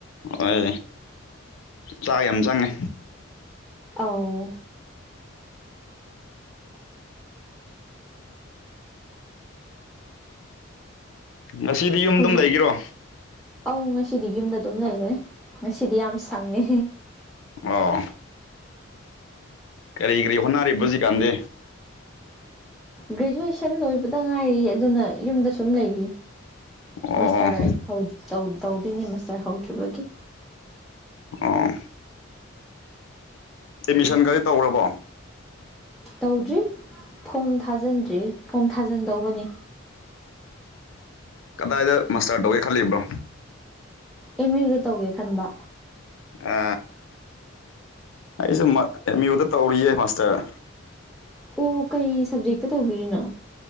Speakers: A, on the left; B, in the centre.
A: ꯍꯣꯏ ꯆꯥꯛ ꯌꯥꯝ ꯆꯪꯉꯦ
B: ꯑꯥꯎ
A: ꯉꯁꯤꯗꯤ ꯌꯨꯝꯗꯨꯝ
B: ꯍꯧꯖꯤꯛ
A: ꯂꯩꯒꯔꯣ
B: ꯑꯧ ꯉꯁꯤꯗꯤ ꯌꯨꯝꯗ ꯑꯗꯨꯝ ꯂꯩꯒꯅꯤ ꯉꯁꯤꯗꯤ ꯌꯥꯝ ꯁꯪꯉꯦ
A: ꯑꯣ ꯀꯔꯤ ꯀ꯭ꯔꯤ ꯍꯣꯅ ꯑꯔꯦꯕꯖꯤꯀꯥꯟꯗꯦ
B: ꯒ꯭ꯔꯦꯖꯨꯑꯦꯁꯟ ꯂꯣꯏꯕꯗ ꯉꯥꯏꯔꯤ ꯑꯗꯨꯅ ꯌꯨꯝꯗ ꯁꯨꯝ ꯂꯩꯔꯤ
A: ꯑꯣ
B: ꯃꯥꯁꯇꯔ ꯇꯧꯗꯣꯏꯅꯦ ꯃꯥꯁꯇꯔ ꯍꯧꯗ꯭ꯔꯤꯕꯒꯤ
A: ꯑꯣ ꯑꯦꯠꯃꯤꯁꯟꯒꯗꯤ ꯇꯧꯈ꯭ꯔꯕꯣ
B: ꯇꯧꯗ꯭ꯔꯤ ꯐꯣꯝ ꯊꯥꯖꯤꯟꯗ꯭ꯔꯤ ꯐꯣꯝ ꯊꯥꯖꯤꯟꯗꯧꯕꯅꯤ
A: ꯀꯗꯥꯏꯗ ꯃꯥꯁꯇꯇꯥꯔ ꯇꯧꯒꯦ ꯈꯜꯂꯤꯕ꯭ꯔꯣ
B: ꯀ ꯌ꯭ꯨꯗ ꯇꯧꯒꯦ ꯈꯟꯕ
A: ꯑ ꯑꯩꯁꯨ ꯑꯦꯝ ꯌꯨꯗ ꯇꯧꯔꯤꯌꯦ ꯃꯥꯁꯇꯔ
B: ꯑꯣ ꯀꯩ ꯁꯕꯖꯦꯛꯇ ꯇꯧꯕꯤꯔꯤꯅꯣ